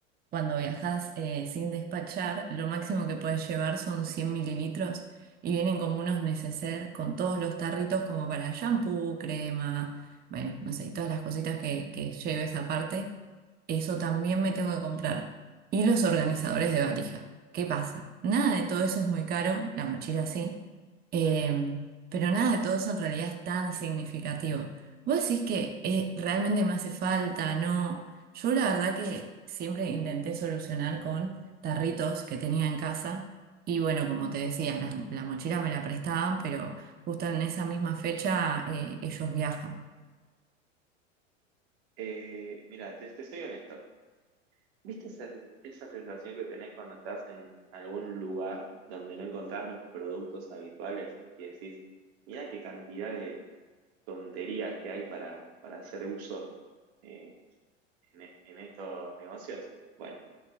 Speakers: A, on the right (about 25°); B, on the right (about 55°).
A: Cuando viajas eh, sin despachar, lo máximo que puedes llevar son cien mililitros y vienen como unos neceser con todos los tarritos como para shampoo, crema, bueno, no sé, todas las cositas que, que lleves aparte. Eso también me tengo que comprar. Y los organizadores de valija. ¿Qué pasa? Nada de todo eso es muy caro, la mochila sí, em, pero nada de todo eso en realidad es tan significativo. Vos decís que eh, realmente me hace falta, ¿no? Yo la verdad que siempre intenté solucionar con tarritos que tenía en casa y bueno, como te decía, la, la mochila me la prestaban, pero justo en esa misma fecha eh, ellos viajan. <laughs>
B: Eh, mira, te, te soy honesto. ¿Viste esa, sen- esa sensación que tenés cuando estás en algún lugar donde no encontrás los productos habituales y decís, mira qué cantidad de tonterías que hay para, para hacer uso eh, en, e- en estos negocios? Bueno,